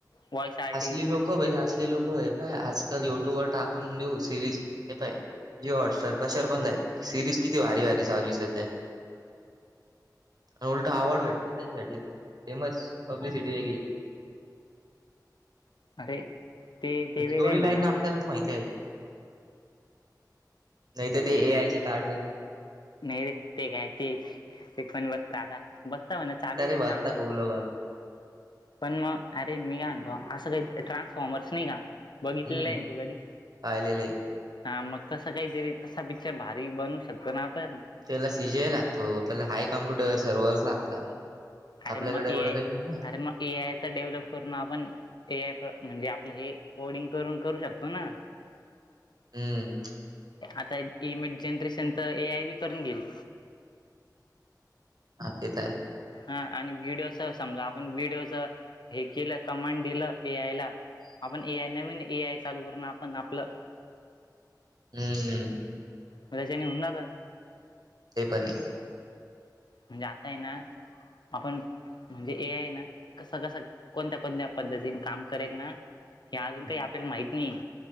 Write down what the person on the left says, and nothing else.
व्हॉइस आर्टिस्ट
अरे ते ते
वेगळं
आहे म्हणा.
नाही रे ते काय ते ते कोण बघतं आता. बघता म्हणा चालूये
तेे
चांगलं
पण.
पण मग अरे मी काय म्हणतो असं काही ट्रान्सफॉर्मर्स नाही का? बघितलेलं
आहे ना तू कधी.
हा मग तसं काहीतरी तसा पिक्चर भारी बनवू शकतो ना आपण.
अरे
म
ए आय,
अर म ए आय. डेव्हलप करून आपण ए आय म्हणजे आपलं हे कोडिंग करून करू शकतो ना?
आता इमेज जनरेशन तर ए आय बी करून घील.
हा आणि व्हिडिओचं समजा आपण व्हिडिओचं हे केलं कमांड दिलं ए आयला. आपण ए आय नवीन ए आय चालू करू ना आपण आपलं.
तशानी होऊन जातं.
म्हणजे आता आहे ना आपण म्हणजे ए आय आहे ना कसं कसं. कोणत्या कोणत्या पद्धतीनं काम करेल ना हे अजून
काही आपल्याला माहीत नाहीये.